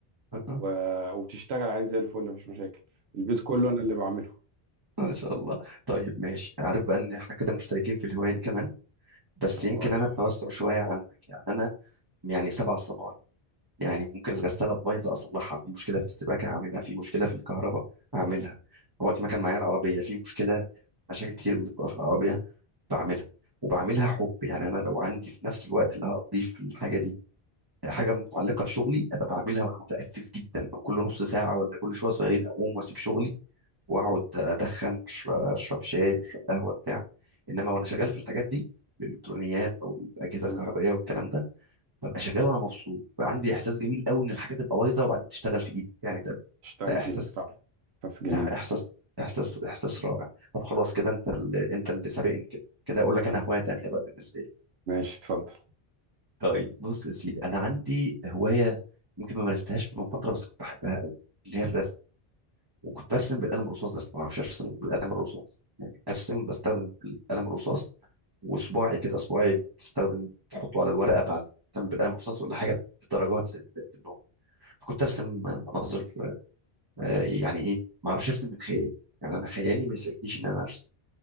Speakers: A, on the right; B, on the right.
A: اه اه
B: و... وبتشتغل عادي زي الفل مفيش مشاكل البيت كله انا اللي بعمله
A: آه، ان شاء الله طيب ماشي عارف بقى ان احنا كده مشتركين في الهوايه دي كمان بس
B: طب
A: يمكن
B: كويس
A: انا بتوسع شويه عنك يعني انا يعني سبع صنايع يعني ممكن الغساله بايظه اصلحها في مشكله في السباكه اعملها في مشكله في الكهرباء اعملها وقت ما كان معايا العربيه في مشكله مشاكل كتير من اللي بتبقى في العربيه بعملها وبعملها حب يعني انا لو عندي في نفس الوقت اللي هقضيه في الحاجه دي حاجه متعلقه بشغلي ابقى بعملها وانا متأفف جدا وكل نص ساعه ولا كل شويه صغيرين اقوم واسيب شغلي واقعد ادخن اشرب, أشرب شاي اشرب قهوه بتاع انما وانا شغال في الحاجات دي الالكترونيات او الاجهزه
B: مم.
A: الكهربائيه والكلام ده ببقى شغال وانا مبسوط بقى عندي احساس جميل قوي ان الحاجه تبقى بايظه وبعدين تشتغل في ايدك يعني ده
B: تشتغل
A: ده احساس
B: فيه لك صح بس جميل
A: ده احساس احساس احساس رائع طب خلاص كده انت اللي انت اللي سابقني كده كده اقول لك
B: أيوة.
A: انا هوايه تانية بقى بالنسبه لي
B: ماشي اتفضل
A: طيب بص يا سيدي انا عندي هوايه يمكن ما مارستهاش من فتره بس كنت بحبها قوي اللي هي الرسم وكنت برسم بالقلم الرصاص بس ما اعرفش ارسم بالقلم الرصاص يعني ارسم بستخدم القلم الرصاص وصباعي كده صباعي بتستخدم تحطه على الورقه بعد تعمل بالقلم الرصاص ولا حاجه بدرجات للنوع فكنت ارسم مناظر آه، يعني ايه ما اعرفش ارسم من خيالي يعني انا خيالي ما يسعفنيش ان انا ارسم